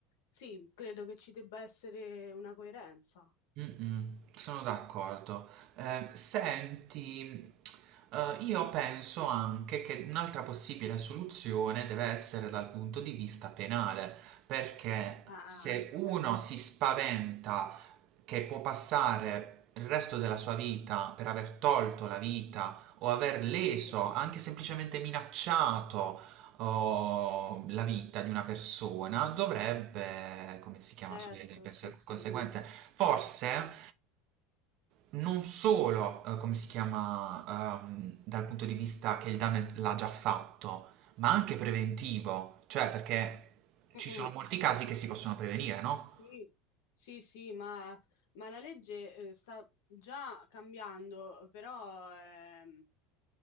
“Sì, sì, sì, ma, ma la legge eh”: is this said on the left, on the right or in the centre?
Left